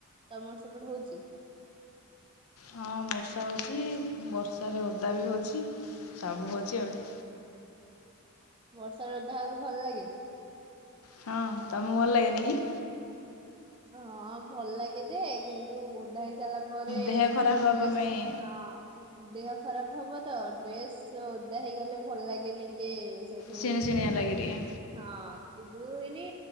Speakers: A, on the right (about 25°); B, on the left (about 80°).
A: ତମର ସେପଟରେ ହଉଛି?
B: ହଁ ବର୍ଷା ହଉଚି ବର୍ଷାରେ ଓଦା ବି ହେଉଛି ସବୁ ହଉଛି ଆଉ।
A: ବର୍ଷାରେ ଓଦା ହେବାକୁ ଭଲ ଲାଗେ?
B: ହଁ ତମକୁ ଭଲ ଲାଗେନି କି?
A: ହଁ ଭଲ ଲାଗେ ଯେ କିନ୍ତୁ ଓଦା ହେଇସାରିଲା ପରେ
B: ଦେହ ଖରାପ ହେବା
A: ଘରେ ବେଶୀ
B: ପାଇଁ
A: ହଁ। ଦେହ ଖରାପ ହବ ତ ଡ୍ରେସ ଓଦା ହେଇଗଲେ ଭଲ ଲାଗେନି ଟିକେ। ସେଥିପାଇଁ
B: ଶୁଣି
A: କି
B: ଶୁଣିଆ ଲାଗେ ଟିକେ
A: ହଁ କିନ୍ତୁ ଏଇନି